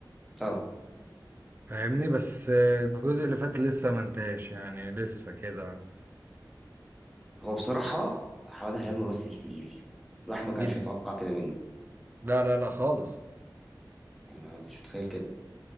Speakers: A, in the centre; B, on the right.
A: اه
B: فاهمني بس آه، الجزء اللي فات لسه ما انتهاش يعني لسه كده
A: هو بصراحه حماده هلال ممثل تقيل الواحد ما كانش
B: جد
A: يتوقع كده منه
B: لا لا لا خالص
A: انا ما كنتش متخيل كده